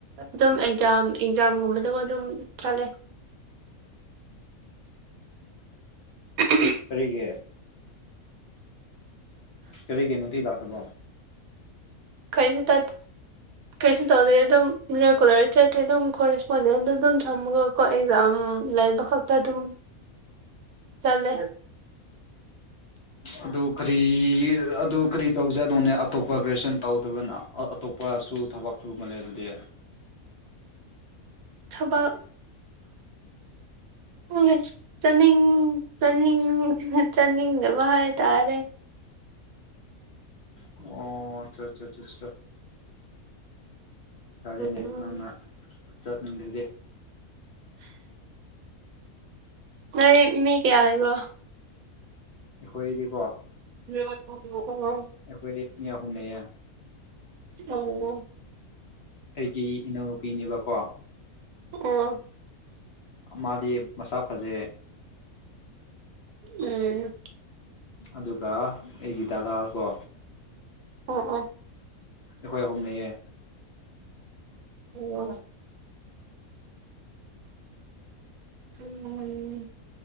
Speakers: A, on the right; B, on the left.
A: ꯑꯗꯨꯝ ꯑꯦꯛꯖꯥꯝ ꯑꯦꯛꯖꯥꯝꯒꯨꯝꯕ ꯑꯗꯨꯒ ꯑꯗꯨꯝ ꯆꯠꯂꯦ <unintelligible>
B: ꯀꯔꯤꯒꯤ ꯀꯔꯤꯒꯤ ꯅꯨꯡꯇꯤ ꯂꯥꯛꯇꯕ
A: ꯀꯩꯁꯨ ꯇꯠ ꯀꯩꯁꯨ ꯇꯧꯗꯦ ꯑꯗꯨꯝ ꯔꯦꯒꯨꯂꯔ ꯆꯠꯇꯦ ꯑꯗꯨꯝ ꯀꯣ ꯔꯦꯁꯄꯣꯟꯗꯦꯟꯗ ꯑꯗꯨꯝ ꯊꯝꯃꯒꯀꯣ ꯑꯦꯛꯖꯥꯝ ꯂꯩꯕ <unintelligible> ꯆꯠꯂꯦ
B: ꯑꯗꯨ ꯀꯔꯤ ꯑꯗꯨ ꯀꯔꯤ ꯇꯧꯖꯠꯅꯨꯅꯦ ꯑꯇꯣꯞꯄ ꯒ꯭ꯔꯦꯖꯨꯌꯦꯁꯟ ꯇꯧꯗꯕꯅ ꯑꯇꯣꯞꯄꯁꯨ ꯊꯕꯛ ꯁꯨꯕ ꯁꯨꯃꯜꯂ‌ꯦ ꯑꯗꯨꯗꯤ
A: ꯊꯕꯛ ꯍꯣꯏ ꯆꯠꯅꯤꯡ ꯆꯠꯅꯤꯡ ꯆꯠꯅꯤꯡꯗꯕ ꯍꯥꯏꯇꯥꯔꯦ
B: ꯑꯣ ꯑꯆꯥ ꯑꯠꯆꯥ ꯐꯔꯦꯅꯦ
A: ꯎꯝ
B: ꯅꯪꯅ ꯆꯠꯅꯤꯡꯗ꯭ꯔꯗꯤ
A: ꯅꯣꯏꯗꯤ ꯃꯤ ꯀꯌꯥ ꯂꯩꯕ꯭ꯔꯣ
B: ꯑꯩꯈꯣꯏꯗꯤꯀꯣ
A: ꯑꯣ
B: ꯑꯩꯈꯣꯏꯗꯤ ꯃꯤ ꯑꯍꯨꯝ ꯂꯩꯌꯦ
A: ꯑꯣ
B: ꯑꯩꯒꯤ ꯏꯅꯥꯎꯅꯨꯄꯤꯅꯦꯕꯀꯣ
A: ꯑꯣ
B: ꯃꯥꯗꯤ ꯃꯁꯥ ꯐꯖꯩ
A: ꯎꯝ
B: ꯑꯗꯨꯒ ꯑꯩꯒꯤ ꯗꯥꯗꯥ ꯀꯣ
A: ꯑꫭ ꯑꫭ
B: ꯑꯩꯈꯣꯏ ꯑꯍꯨꯝ ꯂꯩꯌꯦ
A: ꯑꯣ ꯎꯝ